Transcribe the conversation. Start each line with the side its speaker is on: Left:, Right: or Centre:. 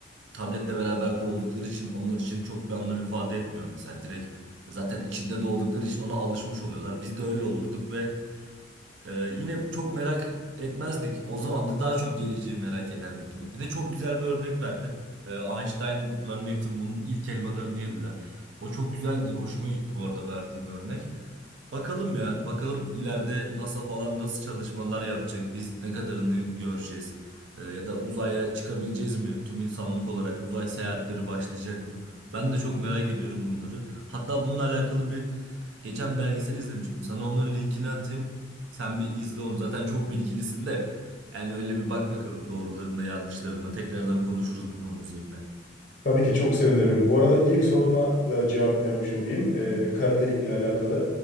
Right: tabletle beraber doğdukları için onlar için çok bir anlam ifade etmiyor mesela. Direkt zaten içinde doğdukları için ona alışmış oluyorlar. Biz de öyle olurduk ve Ee, yine çok merak etmezdik. O zaman da daha çok geleceği merak ederdik yine. Bir de çok güzel bir örnek verdin. Ee, Einstein'la Newton bunun ilk elmalarını yediler. O çok güzeldi. Hoşuma gitti bu arada verdiğin örnek. Bakalım ya. Bakalım ileride NASA falan nasıl çalışmalar yapacak? Biz ne kadarını göreceğiz? Ee, ya da uzaya çıkabileceğiz mi? Tüm insanlık olarak uzay seyahatleri başlayacak mı? Ben de çok merak ediyorum bunları. Hatta bununla alakalı bir geçen belgesel izlemiştim. Sana onun linkini atayım. Sen bir izle onu. Zaten çok bilgilisin de. Yani öyle bir bak bakalım doğrularında yanlışlarında. Tekrardan konuşuruz bu konu üzerine.
Left: Tabii ki çok sevinirim. Bu arada ilk soruna da cevap vermiş olayım. Ee, kara delikle alakalı.